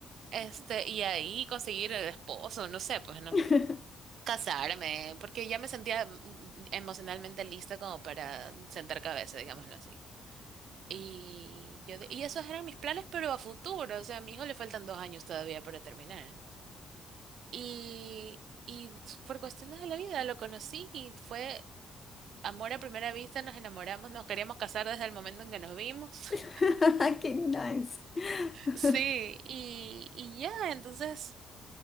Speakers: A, on the right; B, on the left.
A: Este, y ahí conseguir el esposo, no sé, pues, ¿no?
B: <laughs>
A: Casarme, porque ya me sentía mm, mm, emocionalmente lista como para sentar cabeza, digámoslo así. Y yo, de- y esos eran mis planes, pero a futuro, o sea, a mi hijo le faltan dos años todavía para terminar. Y, y por cuestiones de la vida lo conocí y fue amor a primera vista, nos enamoramos, nos queríamos casar desde el momento en que nos vimos. <laughs>
B: <laughs> Qué nice. <laughs>
A: Sí, y, y ya, entonces